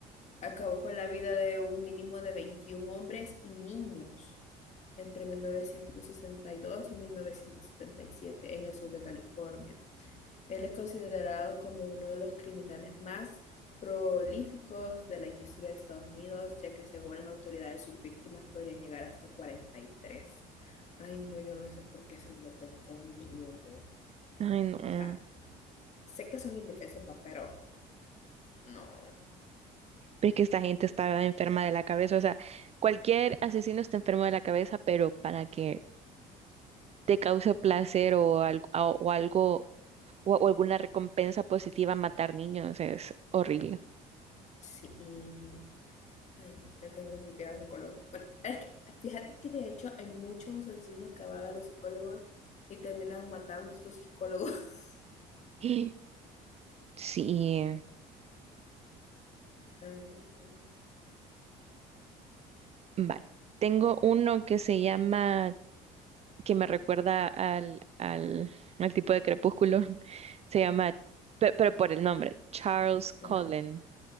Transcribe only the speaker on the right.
Ay, no. Pero
es que esta gente está enferma de la cabeza. O sea, cualquier asesino está enfermo de la cabeza, pero para que te causa placer o, al- a- o algo o, o alguna recompensa positiva matar niños. Es horrible.
<gasps> Sí,
vale. Tengo uno que se llama, que me recuerda al, al, al tipo de crepúsculo. <laughs> Se llama, pe- pero por el nombre, Charles Cullen.